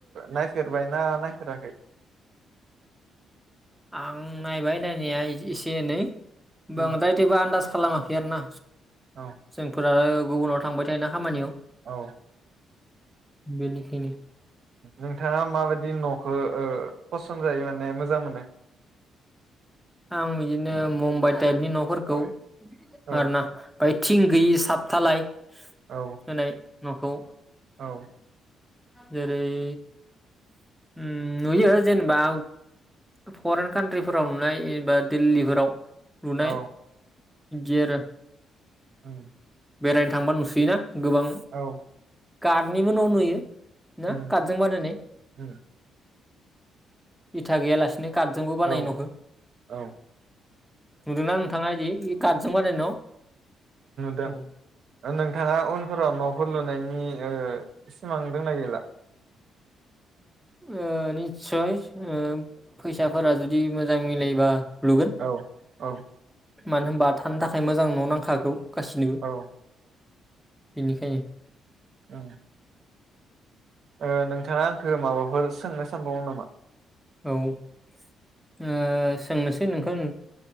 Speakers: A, on the right (about 60°); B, in the centre.
A: नायफेरबायना नायफेराखै
B: आं नायबाय नायनाया एसे एनै
A: उम
B: बांदाय जेबो आन्दाज खालामाखै आरो ना?
A: औ
B: जोंफोरा गुबुनाव थांबाय थायो ना खामानियाव।
A: औ
B: बेनिखायनो
A: नोंथाङा माबायदि न'खौ ओ फसन जायो माने मोजां मोनो।
B: आं बिदिनो मुम्बाइ टाइपनि न'फोरखौ
A: औ
B: आरो ना फाय थिं गैयि साबथालाय होनाय
A: औ
B: न'खौ
A: औ
B: जेरै ओम नुयो जेनेबा फरेन कान्ट्रिफोराव नुनाय एबा दिल्लीफोराव लुनाय
A: औ
B: गेर
A: ओं
B: बेरायनो थांबा नुसोयोना। गोबां
A: औ
B: गादनिबो न' नुयो ना
A: उम
B: कदजों बानायनाय
A: उम
B: इथा गैयालासिनो कादजोंबो बानायो
A: औ
B: नखो
A: औ
B: नुदोंना नोंथाङा इदि कादजों बानाय न'
A: दों
B: ओ
A: नोंथाङा उनफोराव न'फोर लुनायनि सिमां दोंना गैला
B: ओ निस्सय ओ फैसाफोरा जुदि मोजां मिलायोबा लुगोन
A: औ औ
B: मानो होनबा थानो थाखाय मोजां न' नांखा गासिनोबो
A: औ
B: बिनिखायनो
A: औ ओ नोंथाङा आंखौ माबाफोर सोंनो सानबावमोन नामा?
B: औ ओ सोंनोसै नोंखौ